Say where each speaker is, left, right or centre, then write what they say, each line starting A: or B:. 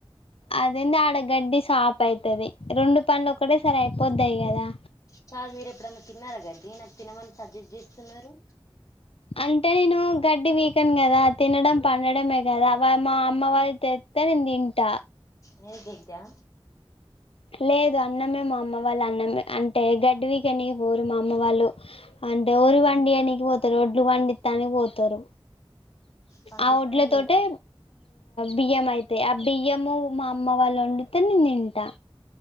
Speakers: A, on the left (about 80°); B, on the left (about 35°).
A: అదింది ఆడ గడ్డి సాప్ అవుతుది రెండు పనులు ఒక్కటే సరే అయిపోద్దాయి కదా
B: చదు మీరు ఎప్పుడన్నా తిన్నారా గడ్డి నాకు తినమని సజెస్ట్ చేస్తున్నారు
A: అంటే నేను గడ్డి వీకను కదా తినడం పండడమే కదా మా అమ్మవారి న నేన్ తింట
B: నిర్విద్యా
A: లేదు అన్నమే మా అమ్మ వాళ్ళు అన్నమే అంటే గడ్డి పీకని పోరు మా అమ్మ వాళ్ళు అంటే ఊరి వండి అనికి పోతారు ఒడ్లు వండిత్తానికి పోతారు
B: పండిస్తానే
A: ఆ ఒడ్ల
B: పోతారు
A: తొటే బియ్యం అయితే ఆ బియ్యము మా అమ్మ వాళ్ళు వండితే నేను తింటా